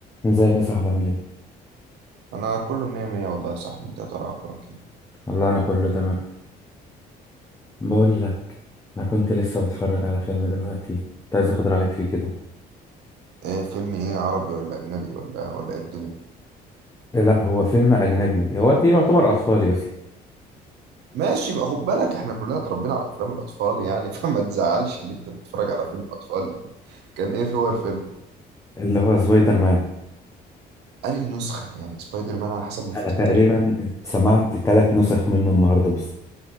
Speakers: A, on the left (about 15°); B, on the right (about 80°).
A: ازيك يا صاحبي عامل ايه؟
B: انا كله مية مية والله يا صاحبي انت يا ترى اخبارك ايه
A: والله انا كله تمام بقول لك انا كنت لسه بتفرج على فيلم دلوقتي كنت عايز اخد رايك فيه كده
B: إيه، فيلم ايه عربي ولا اجنبي ولا ولا ايه الدنيا
A: إيه، لا هو فيلم اجنبي هو تي- يعتبر اطفالي اصلا
B: ماشي بقى خد بالك احنا كلنا اتربينا على افلام الاطفال يعني <laughs> فما تزعلش اللي انت بتتفرج على فيلم اطفال كان ايه هو الفيلم
A: اللي هو سبايدر مان
B: انهي نسخة يعني سبايدر مان على حسب ما افتكر
A: انا تقريبا سمعت ثلاث نسخ منه النهارده بس